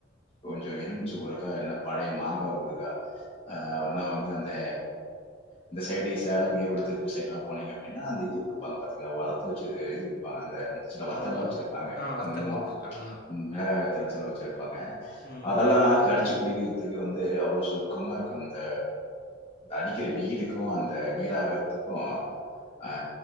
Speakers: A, on the left; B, on the left.
A: கொஞ்சோ எலுமிச்சு ஊரக்கா இல்ன்னா பழைய மா கா ஊருகா அ வல்னா வந்து அந்த இந்த சைடிஸ் சேலம் ஈரோடு திருப்பூர் சைடு எல்லாம் போனீங்க அப்பிடின்னா அந்த இது குடுப்பாங்க பாத்தீங்னா வறத்து வெச்சு இது குடுப்பாங்க அந்த சில வத்தல்லா
B: மொளகா
A: வெச்சிருப்பாங்க
B: ஆ வத்தல்
A: ம்மா
B: வத்தல் ஆ
A: மிளகாய் வத்தல்ஸ் எல்லா வெச்சிருப்பாங்க
B: ம்
A: அதெல்லா கடிச்சு குடிக்கிறதுக்கு வந் து அவ்ளோ சொர்க்கமா இருக்கு அந்த அடிக்கிற வெயிலுக்கூ அந்த நீராகரத்துக்கூ அ அ